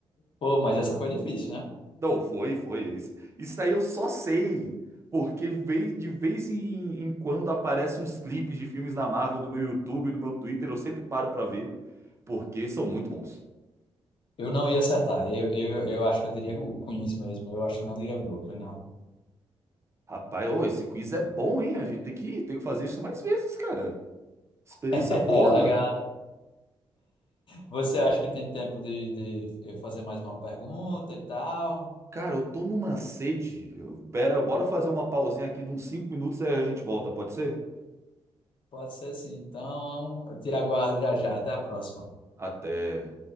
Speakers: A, on the left; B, on the right.
A: Pô, mas essa foi difícil, né?
B: Não, foi, foi. Isso Isso aí eu só sei. Porque vez- de vez em, em quando aparecem uns clipes de filmes da Marvel do meu YouTube, do meu Twitter, eu sempre paro pra ver, porque são muito bons.
A: Eu não ia acertar. Eu, eu, eu acho que eu diria o Queens mesmo. Eu acho que eu não diria Brooklyn, não.
B: Rapaz, ô, esse quiz é bom, hein? A gente tem que, tem que fazer isso mais vezes, cara. Experiência
A: <laughs>
B: boa.
A: É legal. Você acha que tem tempo de, de eu fazer mais uma pergunta e tal?
B: Cara, eu tô numa sede. Pera, bora fazer uma pausinha aqui de uns 5 minutos e aí a gente volta, pode ser?
A: Pode ser sim. Então, eu te aguardo já já. Até a próxima.
B: Até.